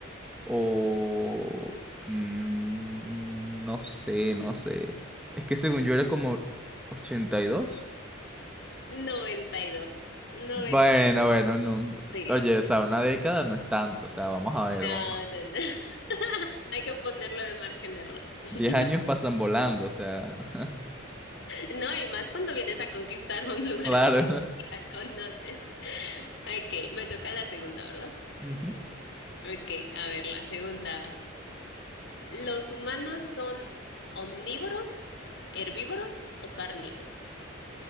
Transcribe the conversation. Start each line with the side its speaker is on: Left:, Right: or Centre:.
Centre: o... mm, No sé, no
Left: Mm,
Centre: sé. Es que según yo era como 82.
Left: noventa y dos. noventa
Centre: Bueno,
Left: y dos,
Centre: bueno, no.
Left: sí.
Centre: Oye, o sea, una década no es tanto. O sea, vamos a ver,
Left: No,
Centre: vamos a ver.
Left: no, no. <laughs> Hay que ponerlo de margen de error. <laughs>
Centre: Diez años pasan volando, o sea, <laughs>
Left: No, y más cuando vienes a conquistar un lugar
Centre: claro.
Left: que ni siquiera conoces. Ok, me toca la segunda, ¿verdad?
Centre: <laughs>
Left: Ok, a ver, la segunda. ¿Los humanos son omnívoros, herbívoros o carnívoros?